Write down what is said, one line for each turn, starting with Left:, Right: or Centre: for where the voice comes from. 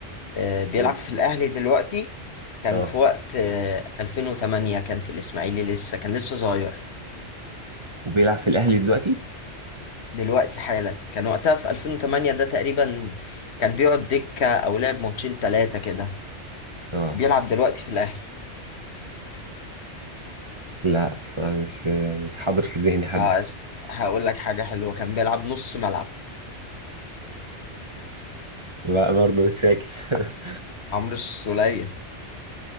Left: آه، بيلعب
Right: قول
Left: في الأهلي دلوقتي كان
Right: اه
Left: في وقت آه، 2008 كان في الإسماعيلي لسه كان لسه صغير
Right: وبيلعب في الاهلي دلوقتي
Left: دلوقتي حالا كان وقتها في 2008 ده تقريبا كان بيقعد دكة أو لعب ماتشين تلاتة كده
Right: اه
Left: بيلعب دلوقتي في الأهلي
Right: لا صراحة مش مش حاضر في ذهني
Left: هس-
Right: حد
Left: هقول لك حاجة حلوة كان بيلعب نص ملعب
Right: لا برضه مش فاكر <laughs>
Left: عمرو السولية